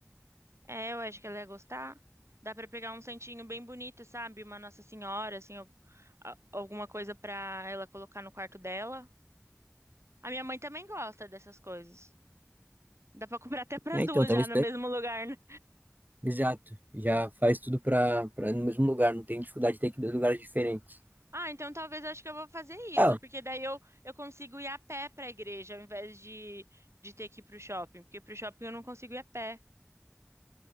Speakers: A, on the right; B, on the right.
A: É, eu acho que ela ia gostar. Dá pra pegar um santinho bem bonito, sabe? Uma Nossa Senhora, assim, al- a- alguma coisa pra ela colocar no quarto dela. A minha mãe também gosta dessas coisas. Dá pra comprar até pras
B: É,
A: duas
B: então, talvez
A: já no mesmo lugar, né?
B: Exato, já faz tudo para para no mesmo lugar, não tem dificuldade de ter que ir em dois lugares diferentes.
A: Ah, então talvez eu acho que eu vou fazer isso,
B: Ah,
A: porque daí eu, eu consigo ir a pé pra igreja, ao invés de, de ter que ir pro shopping, porque pro shopping eu não consigo ir a pé.